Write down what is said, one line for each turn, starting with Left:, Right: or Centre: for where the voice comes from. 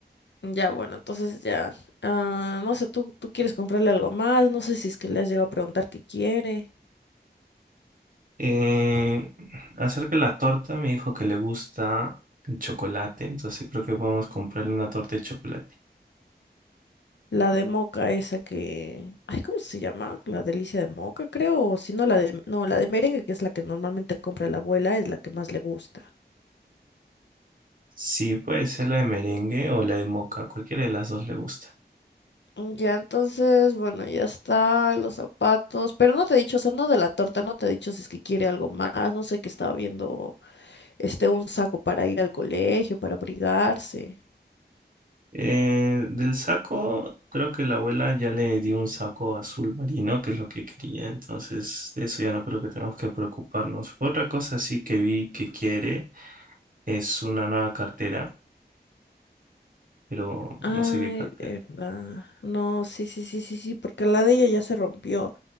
Left: Ya, bueno, entonces ya. ah, no sé, ¿tú, tú quieres comprarle algo más? No sé si es que le has llegado a preguntar qué quiere.
Right: Eh, acerca de la torta, me dijo que le gusta el chocolate, entonces creo que podemos comprarle una torta de chocolate.
Left: La de moca esa que... Ay, ¿cómo se llama? La delicia de moca, creo. O si no, la de... No, la de merengue, que es la que normalmente compra la abuela, es la que más le gusta.
Right: Sí, puede ser la de merengue o la de moca, cualquiera de las dos le gusta.
Left: Mm, Ya, entonces, bueno, ya está, los zapatos, pero no te he dicho, o sea, no de la torta, no te he dicho si es que quiere algo más, no sé que estaba viendo, este, un saco para ir al colegio, para abrigarse.
Right: Eh, del saco, creo que la abuela ya le dio un saco azul marino, que es lo que quería, entonces de eso ya no creo que tengamos que preocuparnos. Otra cosa sí que vi que quiere es una nueva cartera, pero
Left: Ay,
Right: no sé qué cartera.
Left: verdad. No, sí, sí, sí, sí, sí, porque la de ella ya se rompió.